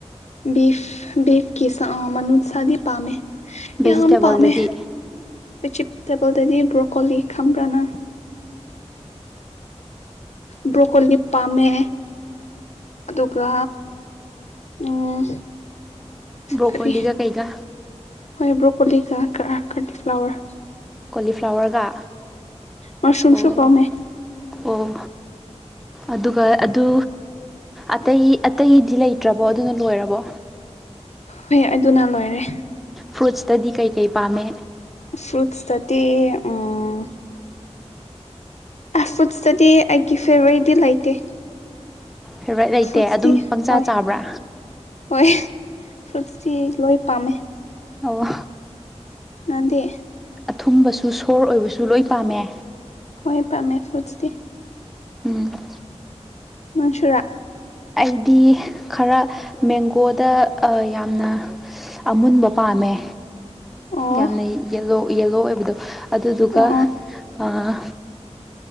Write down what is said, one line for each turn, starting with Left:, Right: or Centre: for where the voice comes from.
Left: ꯕꯤꯐ ꯕꯤꯐ ꯀꯤ ꯁꯥ ꯃꯅꯨꯡꯁꯥꯗꯤ ꯄꯥꯝꯃꯦ
Centre: ꯚꯦꯖꯤꯇꯦꯕꯜꯗꯗꯤ
Left: ꯌꯥꯝ ꯄꯥꯝꯃꯦ ꯕꯤꯆꯤꯞ ꯇꯦꯕꯜꯗꯗꯤ ꯕ꯭ꯔꯣꯀꯣꯂꯤ ꯈꯝꯕ꯭ꯔꯥꯅꯪ ꯕ꯭ꯔꯣꯀꯣꯂꯤ ꯄꯝꯃꯦ ꯑꯗꯨꯒ ꯎꯝ
Centre: ꯕ꯭ꯔꯣꯀꯣꯂꯤꯒ
Left: ꯀꯔꯤ
Centre: ꯀꯩꯒ
Left: ꯍꯣꯏ ꯕ꯭ꯔꯣꯀꯣꯂꯤꯒ ꯀꯤ ꯀ꯭ꯔ ꯀ꯭ꯔꯂꯤꯐ꯭ꯂꯥꯋꯔ
Centre: ꯀꯣꯂꯤꯐ꯭ꯂꯥꯋꯔꯒ
Left: ꯃꯁꯔꯨꯝꯁꯨ
Centre: ꯑꯣ
Left: ꯄꯥꯝꯃꯦ
Centre: ꯑꯣ ꯑꯗꯨꯒ ꯑꯗꯨ ꯑꯇꯩ ꯑꯇꯩꯗꯤ ꯂꯩꯇ꯭ꯔꯕꯣ ꯑꯗꯨꯅ ꯂꯣꯏꯔꯕꯣ
Left: ꯍꯣꯏ ꯑꯗꯨꯅ ꯂꯣꯏꯔꯦ
Centre: ꯐ꯭ꯔꯨꯠꯁꯇꯗꯤ ꯀꯩ ꯀꯩ ꯄꯥꯝꯃꯦ
Left: ꯐ꯭ꯔꯨꯠꯁꯇꯗꯤ ꯎꯝ ꯑꯁ ꯐꯠꯁꯇꯗꯤ ꯑꯩꯒꯤ ꯐꯦꯕ꯭ꯔꯥꯏꯠꯇꯤ ꯂꯩꯇꯦ
Centre: ꯐꯦꯕꯥ꯭ꯔꯏꯠ ꯂꯩꯇꯦ
Left: ꯐ꯭ꯔꯨꯠꯁꯇꯤ
Centre: ꯑꯗꯨꯝ ꯄꯪꯆꯥ
Left: ꯍꯣꯏ
Centre: ꯆꯥꯕ꯭ꯔꯥ
Left: ꯍꯣꯏ ꯐ꯭ꯔꯨꯠꯁꯇꯤ ꯂꯣꯏ ꯄꯥꯝꯃꯦ
Centre: ꯑꯣ
Left: ꯅꯪꯗꯤ
Centre: ꯑꯊꯨꯝꯕꯁꯨ ꯁꯣꯔ ꯑꯣꯏꯕꯁꯨ ꯂꯣꯏ ꯄꯥꯝꯃꯦ
Left: ꯍꯣꯏ ꯄꯥꯝꯃꯦ ꯐ꯭ꯔꯨꯠꯁꯇꯤ
Centre: ꯎꯝ
Left: ꯅꯪꯁꯨꯔꯥ
Centre: ꯑꯩꯗꯤ ꯈꯔ ꯃꯦꯡꯒꯣꯗ ꯑꯥ ꯌꯥꯝꯅ ꯑꯃꯨꯟꯕ ꯄꯥꯝꯃꯦ
Left: ꯑꯣ
Centre: ꯌꯥꯝꯅ ꯌꯦꯂꯣ ꯌꯦꯜꯂꯣ ꯑꯣꯏꯕꯗꯣ ꯑꯗꯨꯗꯨꯒ
Left: ꯑꯣ
Centre: ꯑꯥ